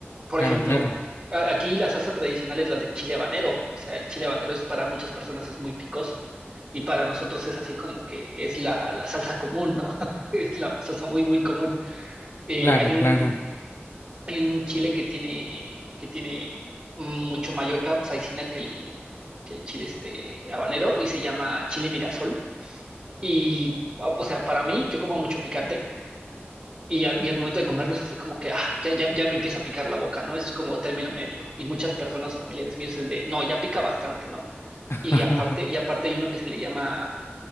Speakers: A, on the right; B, on the left.
A: Por
B: Claro,
A: ejemplo,
B: claro,
A: a- aquí la salsa tradicional es la de chile habanero, o sea, el chile habanero es para muchas personas es muy picoso y para nosotros es así como que es la, la salsa común, ¿no? <laughs> Es la salsa muy, muy común. Eh,
B: claro,
A: hay un,
B: claro.
A: hay un chile que tiene, que tiene mucho mayor capsaicina que el, que el chile este habanero y se llama chile mirasol. Y, o sea, para mí, yo como mucho picante. Y al, y al momento de comerlo es así como que ah, ya, ya, ya me empieza a picar la boca, ¿no? Es como término medio. Y muchas personas familiares míos es de, no, ya pica bastante, ¿no?
B: <laughs>
A: Y aparte, y aparte hay uno que se le llama